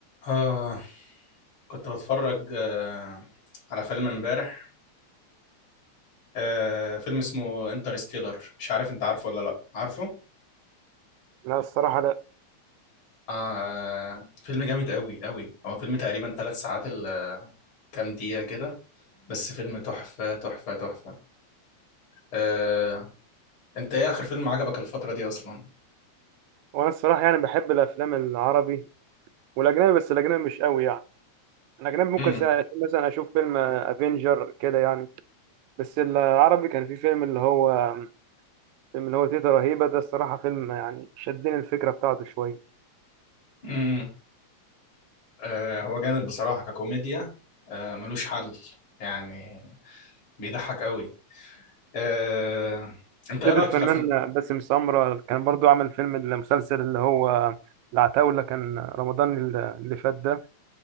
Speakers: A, on the left; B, on the right.
A: آه كنت بتفرج آه على فيلم امبارح آه فيلم اسمه انترستيلر مش عارف انت عارفه ولا لا عارفه
B: لا الصراحة لا
A: آه فيلم جامد قوي قوي هو فيلم تقريبا ثلاث ساعات ال- كام دقيقة كده بس فيلم تحفة تحفة تحفة آه انت ايه اخر فيلم عجبك الفترة دي اصلا
B: وأنا الصراحة يعني بحب الأفلام العربي والأجنبي بس الأجنبي مش قوي يعني الأجنبي ممكن
A: امم
B: سا- مثلا أشوف فيلم أفينجر كده يعني بس العربي كان في فيلم اللي هو فيلم اللي هو تيتا رهيبة ده الصراحة فيلم يعني شدني الفكرة بتاعته شوية
A: امم آه هو جامد بصراحة ككوميديا آه ملوش حل يعني بيضحك قوي آه انت ايه
B: ده
A: رأيك
B: الفنان
A: في الافلام
B: باسم سمرة كان برضو عمل فيلم المسلسل اللي هو العتاولة كان رمضان اللي اللي فات ده